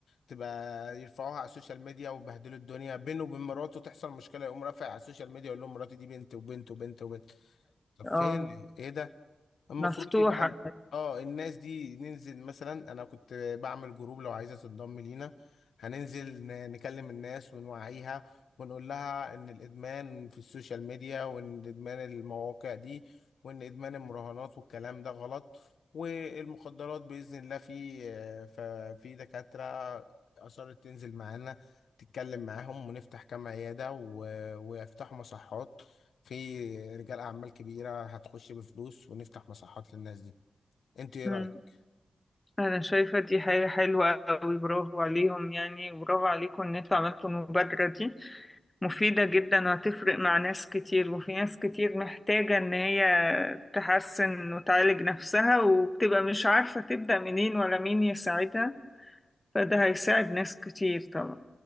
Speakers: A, on the left; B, on the left.
A: تبقى يرفعوها على السوشيال ميديا وبهدلوا الدنيا بينه وبين مراته تحصل مشكله يقوم رافع على السوشيال ميديا يقول لهم مراتي دي بنت وبنت وبنت وبنت طب فين
B: اه
A: ايه ده المفروض
B: مفتوحة
A: يبقى عن... اه الناس دي ننزل مثلا انا كنت بعمل جروب لو عايزه تنضم لينا هننزل ن- نكلم الناس ونوعيها ونقول لها ان الادمان في السوشيال ميديا وان ادمان المواقع دي وان ادمان المراهنات والكلام ده غلط والمخدرات باذن الله في آه، ففي دكاتره اصرت تنزل معانا تتكلم معاهم ونفتح كام عياده و... ويفتحوا مصحات في رجال اعمال كبيره هتخش بفلوس ونفتح مساحات للناس دي انت ايه
B: مم.
A: رايك
B: أنا شايفة دي حاجة حلوة أوي برافو عليهم يعني برافو عليكم إن انتوا عملتوا المبادرة دي مفيدة جدا وهتفرق مع ناس كتير وفي ناس كتير محتاجة إن هي تحسن وتعالج نفسها وبتبقى مش عارفة تبدأ منين ولا مين يساعدها فده هيساعد ناس كتير طبعا